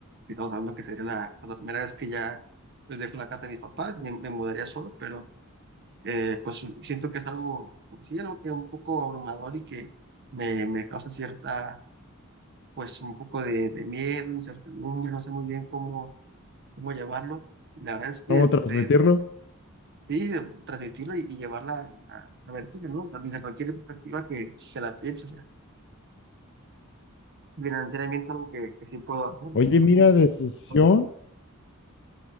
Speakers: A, on the right (about 55°); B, on the left (about 55°).
A: Y estamos hablando que sería la, pues, la primera vez que ya pues dejo la casa de mis papás, me, me mudaría solo, pero eh, pues siento que es algo, pues, sí, algo que un poco abrumador y que me, me causa cierta, pues un poco de, de miedo, incertidumbre, no sé muy bien cómo cómo llevarlo. La verdad es que
B: cómo transmitirlo.
A: de, sí, de transmitirlo y, y llevarla a, a ver ¿no? O sea, desde cualquier perspectiva que se la piense, o sea, financieramente es algo que, que sí puedo hacer,
B: Oye,
A: pero ahorita
B: mira,
A: tengo-
B: decisión,
A: joder,